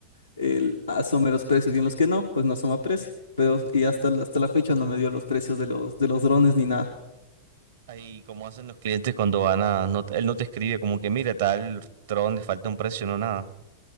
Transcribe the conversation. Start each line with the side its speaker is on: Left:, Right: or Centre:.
Left: él asome los precios y en los que no, pues no asoma precio. Pero, y hasta, la- hasta la fecha no me dio los precios de los, de los drones ni nada.
Right: Ahí, como hacen los clientes cuando van a, no- él no te escribe como que, mira, tal Tron le falta un precio, no nada.